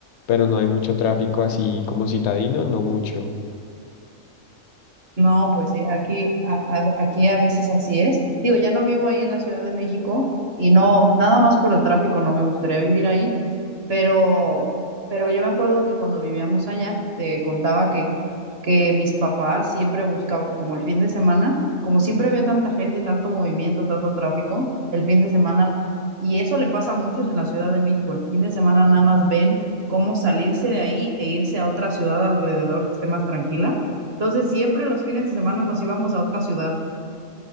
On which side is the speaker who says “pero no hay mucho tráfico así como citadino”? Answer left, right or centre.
Left